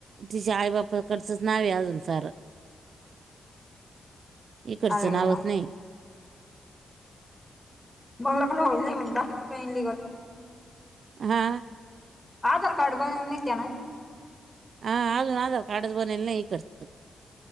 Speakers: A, on the right; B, on the left.
A: तिच्या आई बापाकडचंच नाव अजून सार. इकडचं
B: अरे
A: नावच नाही.
B: बंगला पण होईल नाही बाकीच काही इन लीगल.
A: हा.
B: आधार कार्ड बनून निघतना.
A: हा अजून आधार कार्ड बनविलं नाही इकडचं.